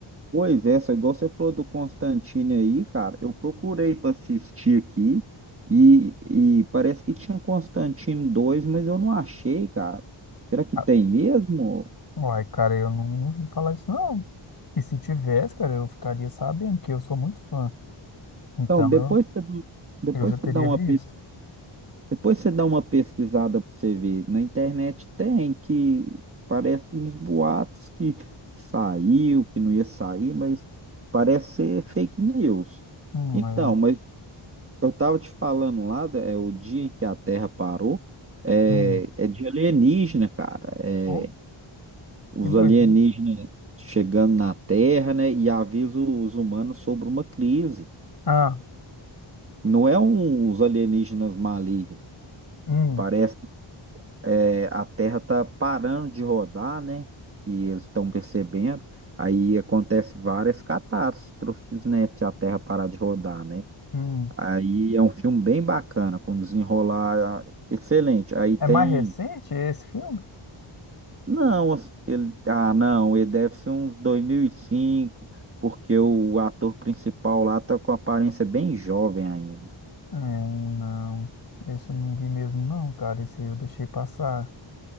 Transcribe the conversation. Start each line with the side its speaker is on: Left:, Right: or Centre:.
Right: pois é, só igual você falou do Constantine aí, cara, eu procurei para assistir aqui e, e parece que tinha Constantine 2, mas eu não achei, cara. Será que
Left: Ah,
Right: tem mesmo?
Left: Uai, cara, eu não não ouvi falar isso, não. E se tivesse, cara, eu ficaria sabendo, porque eu sou muito fã. Então,
Right: Então, depois você, dá- depois
Left: Eu já teria
Right: você dá uma
Left: visto.
Right: Depois você dá uma pesquisada para você ver. Na internet tem que parece uns boatos que saiu, que não ia sair, mas parece ser fake news.
Left: Hum,
Right: Então,
Left: é,
Right: mas eu tava te falando lá, é o dia em que a Terra parou, é,
Left: hum.
Right: é de alienígena, cara. É,
Left: Ó,
Right: os
Left: que doideira.
Right: alienígenas chegando na Terra, né, e avisa os humanos sobre uma crise.
Left: Ah,
Right: Não é um, os alienígenas malignos.
Left: Hum,
Right: Parece É, a Terra está parando de rodar, né? Que eles estão percebendo. Aí acontece várias catástrofes, né? Se a Terra parar de rodar, né?
Left: hum.
Right: Aí é um filme bem bacana, com desenrolar ah, excelente. Aí tem.
Left: é mais recente esse filme?
Right: Não, as- ele... ah, não, ele deve ser uns 2005, porque o ator principal lá tá com aparência bem jovem ainda.
Left: É, não. Esse eu não vi mesmo, não, cara. Esse eu deixei passar.